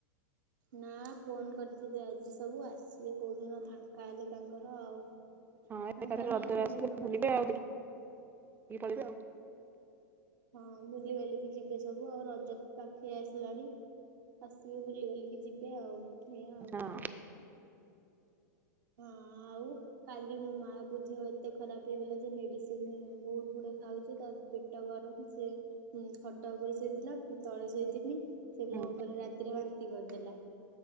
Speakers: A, on the right; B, on the right.
A: ନା ଫୋନ କରିଥିଲି ଆଜି ସବୁ ଆସିବେ କୋଉଦିନ ଫାଙ୍କା ହେଲେ ତାଙ୍କର ଆଉ।
B: ହଁ
A: ଫାଙ୍କା
B: ଏକଥରେ ରଜରେ
A: ନାହିଁ ସମସ୍ତଙ୍କର
B: ଆସିବେ ବୁଲିବେ
A: କାମ।
B: ଆଉ ଟିକେ ଦେଖିକି ପଳେଇବେ ଆଉ।
A: ହଁ ବୁଲି ବାଲିକି ଯିବେ ସବୁ ଆଉ ରଜ ତ ପାଖେଇ ଆସିଲାଣି। ଆସିବେ ବୁଲି ବାଲିକି ଯିବେ ଆଉ ଏଇଆ ଆଉ।
B: ହଁ
A: ହଁ ଆଉ। କାଲି ମୋ ମାଆ ବୁଝି ଏତେ ଖରାପ ହେଇଗଲା ଯେ ମେଡିସିନ ବହୁତ ଗୁଡଏ ଖାଉଛି ତା ଦେହ ପେଟ ଗରମ ସେ ଖଟ ଉପରେ ସୋଇଥିଲା ମୁ ତଳେ ଶୋଇଥିନି। ସେ ମୋ
B: ହୁଁ
A: ଉପରେ ରାତିରେ ବାନ୍ତି କରିଦେଲା।